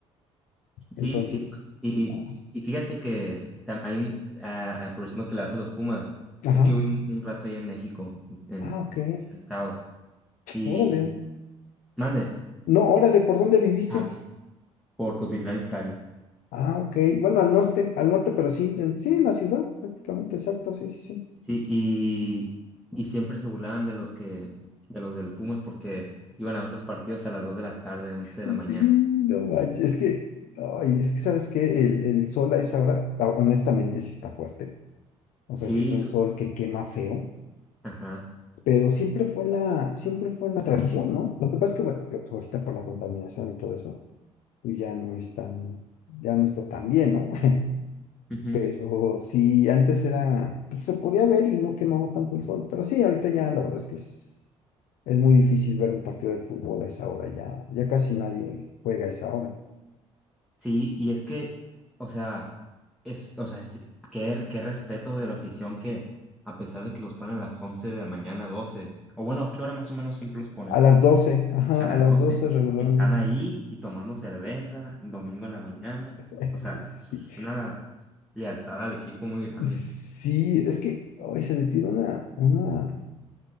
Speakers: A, in the centre; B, on the left.
A: Sí,
B: Entonces,
A: sí. pues, Y,
B: ah,
A: y fíjate que tam- hay un, ah, aprovechando que le das a los Pumas,
B: ajá.
A: es que hubo un, un rato ahí en México, en
B: Ah, ok.
A: el estado, y
B: Órale.
A: mande,
B: No, órale, ¿por dónde viviste?
A: Ah, ok. por Cotitlán Izcalli.
B: Ah, ok. Bueno, al norte, al norte, pero sí, en, sí, en la ciudad, prácticamente, exacto, sí, sí, sí.
A: Sí, y, y siempre se burlaban de los que, de los del Pumas porque iban a ver los partidos a las 2 de la tarde, 11 de
B: Sí,
A: la mañana.
B: no manches. Es que, ay, es que sabes que el, el sol a esa hora, la- honestamente, sí está fuerte. O
A: Sí,
B: sea, sí es un
A: lo-
B: sol que quema feo,
A: ajá.
B: pero siempre fue la, siempre fue la tradición, ¿no? Lo que pasa es que, bueno, yo ahorita por la contaminación y todo eso, pues ya no es tan, ya no está tan bien, ¿no? <laughs>
A: ujú.
B: Pero sí, antes era, pues se podía ver y no quemaba tanto el sol. Pero sí, ahorita ya la verdad es que es, es muy difícil ver un partido de fútbol a esa hora, ya, ya casi nadie juega a esa hora.
A: Sí, y es que, o sea, es, o sea, es- qué, qué respeto de la afición que, a pesar de que los ponen a las 11 de la mañana, 12 o bueno, ¿a qué hora más o menos siempre los ponen?
B: A las 12, ajá,
A: A las
B: a las
A: 12
B: 12 regularmente.
A: Están ahí y tomando cerveza, domingo en la mañana.
B: <laughs>
A: O sea,
B: Sí,
A: eso es una lealtad al equipo muy grande.
B: Sí, es que hoy se le tiene una, una,